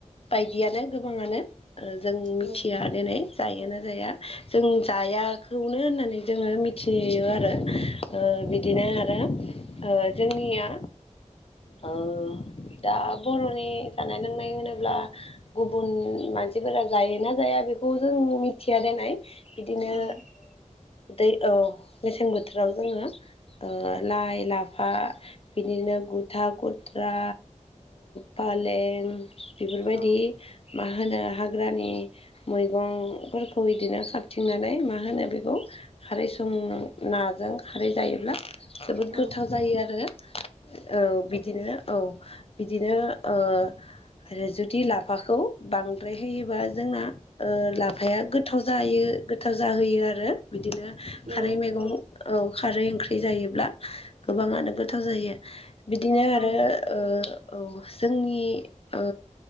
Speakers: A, on the left; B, on the right.
A: बायदियानो गोबाङानो आरो जों मिथिया
B: औ
A: दिनै जायो ना जाया जों जायाखौनो होननानै जोङो मिथि थियो आरो बिदिनो आरो जोंनिया औ दा बर'नि जानाय लोंनाय होनोब्ला गुबुन मानसिफोरा जायोना जाया बेखौ जों मिथिया दोननाय बिदिनो
B: औ
A: दै औ मेसें बोथोराव जोङो लाइ लाफा बिदिनो बुथुवा खुथ्रा फालें बेफोरबायदि
B: औ
A: मा होनो हाग्रानि मैगंफोरखौ बिदिनो खारथिंनानै मा होनो बेखौ खारै सं नाजों खारै जायोब्ला जोबोद
B: औ
A: गोथाव जायो आरो औ बिदिनो औ बिदिनो आरो जुदि लाफाखौ बांद्राय होयोबा जोंना लाफाया गोथाव जायो गोथाव जाहोयो आरो बिदिनो खारै
B: औ
A: मैगं औ खारै ओंख्रि जायोब्ला गोबाङानो गोथाव जायो बिदिनो आरो
B: औ नंगौ
A: ओ औ जोंनि ओ